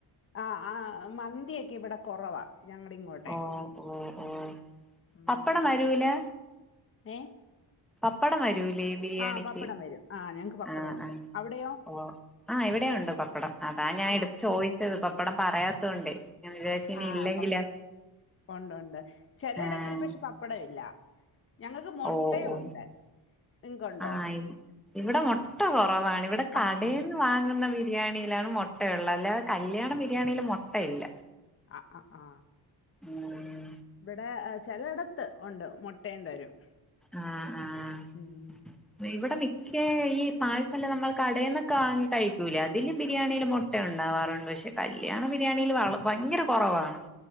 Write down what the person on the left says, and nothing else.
ആ- ആ മന്തിയൊക്കെ ഇവിടെ കൊറവാ- ഞങ്ങടെ ഇങ്ങോട്ടെ
ഉം
നമുക്ക്
ഏ
ആ പപ്പടം വരും ആ ഞങ്ങക്ക് പപ്പടം
ഉണ്ട്
അവിടെയോ
ആ
ആ
പപ്പടം ഒണ്ടൊണ്ട് ചെലയിടങ്ങളിൽ
പക്ഷെ പപ്പടം ഇല്ല- ഞങ്ങൾക്ക് മുട്ടയും
ഉണ്ട് നിങ്ങക്കുണ്ടോ
ആഹ്
ആ ആ ആ
ഇവിടെ- ചെലേയിടത്ത് ഒണ്ട് മൊട്ടയും തരും
ഉം